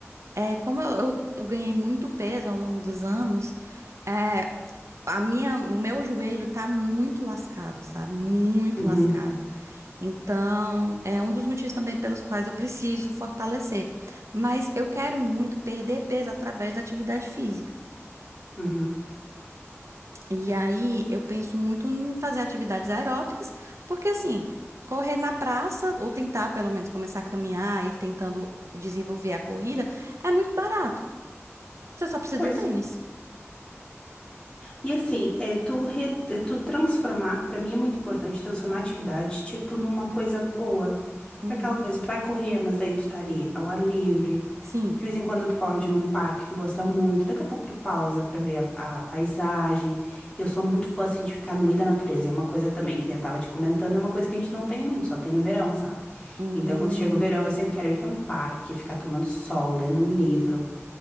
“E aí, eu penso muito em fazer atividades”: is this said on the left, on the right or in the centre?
Right